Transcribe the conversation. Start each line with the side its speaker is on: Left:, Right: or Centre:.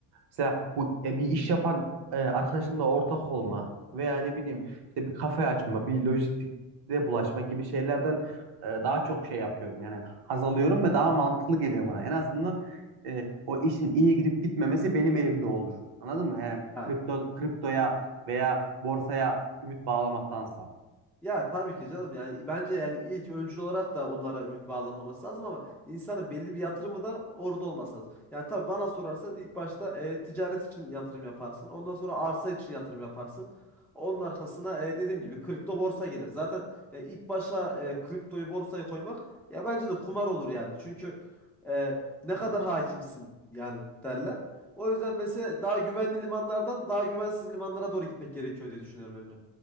Right: Mesela bu e, bir iş yapan e, arkadaşımla ortak olma veya ne bileyim işte bir kafe açma, bir lojistikte bulaşma gibi şeylerden e, daha çok şey yapıyorum. Yani haz alıyorum ve daha mantıklı geliyor bana. En azından e, o işin iyi gidip gitmemesi benim elimde olur. Anladın mı? Yani
Centre: Ya
Right: kripto, kriptoya veya borsaya ümit bağlamaktansa.
Centre: Ya tabii ki canım yani bence yani ilk öncül olarak da onlara ümit bağlanmaması lazım ama insanın belli bir yatırımı da orada olması lazım. Yani tabii bana sorarsan ilk başta e, ticaret için yatırım yaparsın. Ondan sonra arsa için yatırım yaparsın. Onun arkasına e, dediğim gibi kripto borsa gelir. Zaten ya ilk başa e, kriptoyu borsayı koymak ya bence de kumar olur yani. Çünkü e, ne kadar hakimsin yani derler. O yüzden mesela daha güvenli limanlardan daha güvensiz limanlara doğru gitmek gerekiyor diye düşünüyorum Emre.